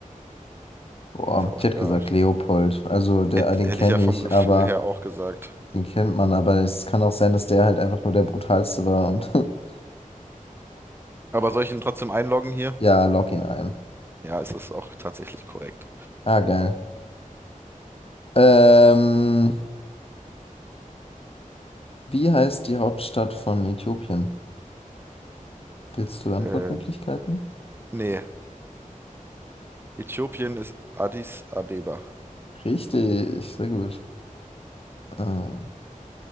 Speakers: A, on the left; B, on the right.
A: Boah,
B: Ist ja auch
A: ich hätte
B: wieder.
A: gesagt Leopold. Also der,
B: Hätte,
A: den
B: hätte
A: kenne
B: ich ja vom
A: ich,
B: Gefühl
A: aber
B: her auch gesagt.
A: den kennt man, aber es kann auch sein, dass der halt einfach nur der brutalste war und <laughs>
B: Aber soll ich ihn trotzdem einloggen hier?
A: Ja, log ihn ein.
B: Ja, es ist auch tatsächlich korrekt.
A: Ah, geil. Ähm, wie heißt die Hauptstadt von Äthiopien? Willst du Antwortmöglichkeiten?
B: Äh, nee, Äthiopien ist Addis Abeba.
A: Richtig, sehr gut. Ähm,